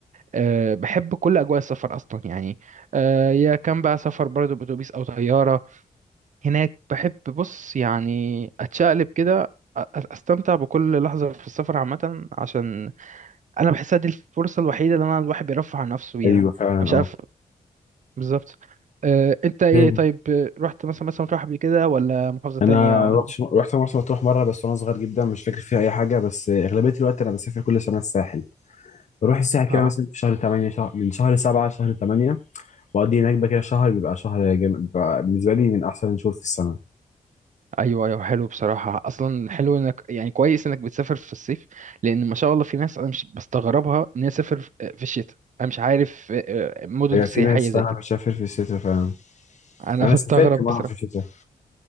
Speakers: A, on the right (about 60°); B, on the left (about 55°).
A: أه بحب كل أجواء السفر أصلا يعني أه يا كان بقى سفر برضه بأتوبيس أو طيارة هناك بحب بص يعني أتشقلب كده أ- أ- أستمتع بكل لحظة في السفر عامة عشان أنا بحسها دي الفرصة الوحيدة اللي أنا الواحد بيرفع عن نفسه بيها
B: أيوه
A: أنا
B: فعلا
A: مش
B: أه
A: عارف بالظبط أه أنت إيه
B: فين؟
A: طيب آه، رحت مثلا مثلا تروح قبل كده ولا محافظة تانية
B: أنا
A: ولا
B: رحت رحت مرسى مطروح مرة بس وأنا صغير جدا مش فاكر فيها أي حاجة بس آه، أغلبية الوقت أنا بسافر كل سنة الساحل بروح الساحل
A: آه.
B: كده مثلا في شهر 8 شهر من شهر 7 لشهر 8 بقضي هناك بقى كده شهر بيبقى شهر جامد بيبقى بالنسبة لي من أحسن الشهور في السنة
A: ايوه ايوه حلو بصراحه اصلا حلو انك يعني كويس انك بتسافر في الصيف لان ما شاء الله في ناس انا مش بستغربها ان هي تسافر في في الشتاء انا مش عارف آه، آه، مدن
B: بيبقى
A: سياحيه
B: في ناس فعلا
A: زي كده
B: بتسافر في الشتاء فعلا
A: انا
B: أنا
A: <laughs> بستغرب
B: سافرت مرة
A: بصراحه
B: في الشتاء